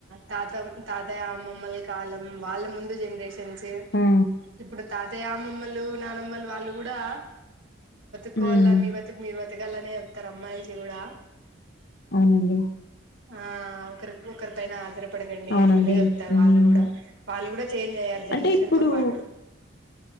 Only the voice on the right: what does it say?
తాత తాతయ్య అమ్మమ్మల కాలం వాళ్ళ ముందు జనరేషన్స్
ఇప్పుడు తాత అదే అమ్మమ్మలు నానమ్మలు వాళ్ళు కూడా వెకోవాల
మీ బతుకు మీరు బతకాలనే చెప్తారు అమ్మాయిలకి కూడా
ఆ ఒకరి ఒకరి పైన అదరపడకండి
అట్లనే చెప్తారు
వాళ్ళు కూడా వాళ్ళు కూడా చేంజ్ అయ్యారు జనరేషన్
తో పాటు